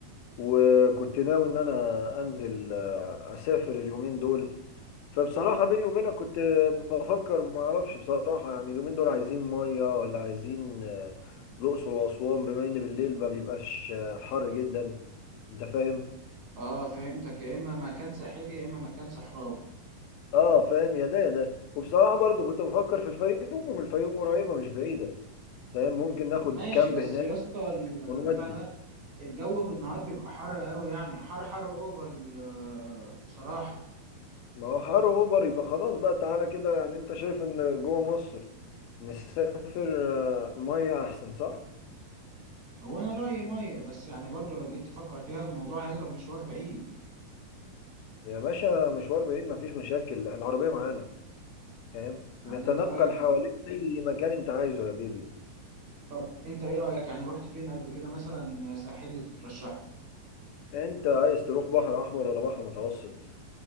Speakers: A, on the left; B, on the right.
A: وكنت ناوي ان انا انزل آه، اسافر اليومين دول فبصراحه بيني وبينك كنت بفكر ما اعرفش بصراحه يعني اليومين دول عايزين ميه ولا عايزين آه، الاقصر واسوان بما ان بالليل ما بيبقاش آه، حر جدا انت فاهم
B: اه فهمتك يا اما مكان ساحلي يا اما مكان صحراوي
A: اه فاهم يا ده يا ده وبصراحه برضو كنت بفكر في الفيوم الفيوم قريبه مش بعيده فاهم ممكن ناخد
B: ماشي
A: كامب
B: بس
A: هناك
B: يا اسطى البتاع
A: ونودي
B: ده الجو بالنهار بيبقى حر قوي يعني حر حر اوفر آه، بصراحة
A: ما هو حر اوفر يبقى خلاص بقى تعالى كده يعني انت شايف ان جوه مصر نسافر آه، ميه احسن صح
B: هو انا رأيي مية بس يعني برضو لو جيت تفكر فيها الموضوع هيضرب مشوار بعيد
A: يا باشا مشوار بعيد مفيش مشاكل العربيه معانا فاهم
B: يعني
A: نتنقل
B: انت رأيك
A: حواليك اي مكان انت عايزه يا بيبي
B: طب انت ايه رأيك يعني رحت فين قبل كده مثلا ساحلي تترشحه
A: انت عايز تروح بحر احمر ولا بحر متوسط